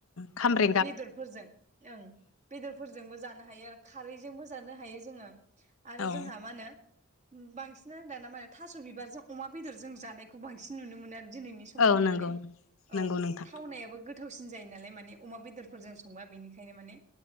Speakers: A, on the left; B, on the right.
A: खामरे
B: बेदरफोरजों ओं। बेदरफोरजोंबो जानो हायो आरो खारैजोंबो जानो हायो जोंङो आरो
A: औ
B: जोंहा मा होनो बांसिनानो दाना माने थास' बिबारजों अमा बेदरजों जानायखौ बांसिन नुनो मोनो आरो दिनैनि समावहाय
A: औ नंगौ
B: माने। औ
A: नंगौ नोंथां
B: थावनायाबो गोथावसिन जायो नालाय माने अमा बेदरफोरजों संबा बेनिखायनो माने